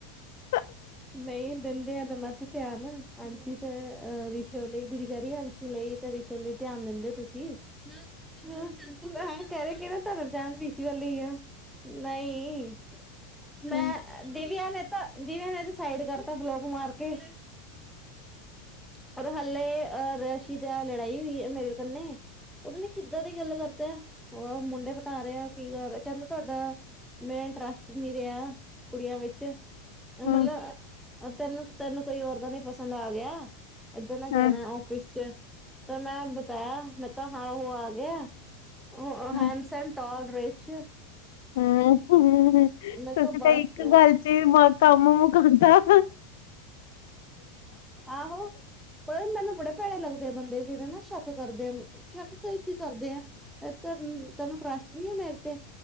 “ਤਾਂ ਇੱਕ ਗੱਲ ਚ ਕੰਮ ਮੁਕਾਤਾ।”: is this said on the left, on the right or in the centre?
Left